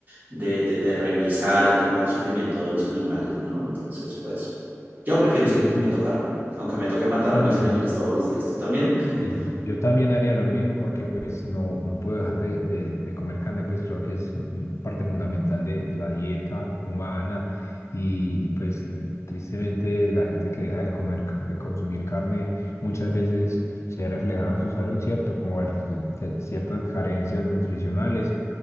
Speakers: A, on the right; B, on the left.
A: de, de, de revisar el tema del sufrimiento de los animales, ¿no? Entonces, pues yo prefiero
B: yo
A: seguir
B: también,
A: comiendo carne, aunque me toque matar
B: yo también.
A: a mis animales todos los días, ¿tú también? <laughs>
B: Sí, yo también haría lo mismo porque pues no, no puedo dejar de, de- de comer carne, pues creo que es mm, parte fundamental de, de la dieta humana y, y, pues l- tristemente la gente que deja de comer, ca- de consumir carne muchas veces se ve reflejada en su salud, ¿cierto? Como el- de- ciertas carencias nutricionales